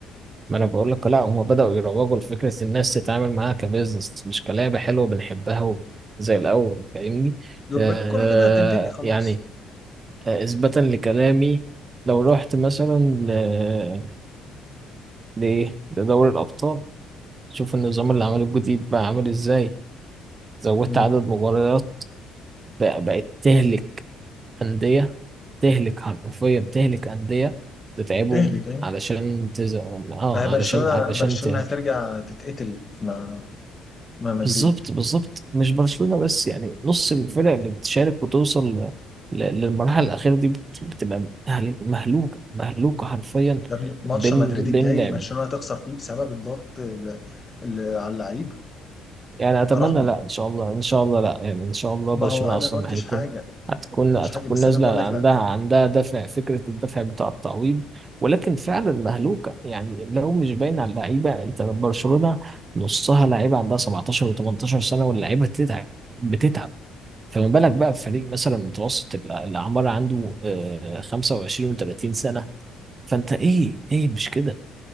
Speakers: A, on the right; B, on the left.
A: ما انا بقول لك لا هما بدأوا يروجوا لفكرة الناس تتعامل معاها كبيزنس مش كلعبة حلوة بنحبها زي الاول فاهمني
B: يبقى
A: آه
B: الكره كده هتنتهي خلاص
A: يعني آه، اثباتا لكلامي لو رحت مثلا ل- لإيه لدوري الابطال شوف النظام اللي عمله الجديد بقى عامل ازاي زودت
B: مم.
A: عدد مباريات بقى- بقت تهلك أندية تهلك حرفيا تهلك أندية تتعبهم
B: تهلك يعني
A: علشان تز... اه
B: آه، برشلونة
A: علشان علشان
B: برشلونة
A: ت...
B: هترجع تتقتل مع مع مدريد
A: بالظبط بالظبط مش برشلونة بس يعني نص الفرق اللي بتشارك وتوصل ل... ل- للمرحلة الأخيرة دي بت... بتبقى مهل- مهلوكة مهلوكة حرفيا
B: يا ابني ماتش
A: بين
B: مدريد الجاي
A: بين لعب
B: برشلونة هتخسر فيه بسبب الضغط اللي, اللي على اللعيبة
A: يعني اتمنى
B: أراهنك
A: لا ان شاء الله ان شاء الله لا يعني ان شاء الله
B: ما
A: برشلونة
B: هو أنا
A: اصلا
B: ما قلتش
A: هيكون
B: حاجة
A: هتكون
B: أنا ما قلتش
A: هتكون
B: حاجة بس
A: نازله
B: أنا بقول لك
A: عندها
B: لا
A: عندها دافع فكره الدافع بتاع التعويض ولكن فعلا مهلوكه يعني لو مش باين على اللعيبه انت برشلونه نصها لعيبه عندها 17 و18 سنه واللعيبه بتتعب بتتعب فما بالك بقى في فريق مثلا متوسط الع- الاعمار عنده آه، 25 و30 سنه فانت ايه ايه مش كده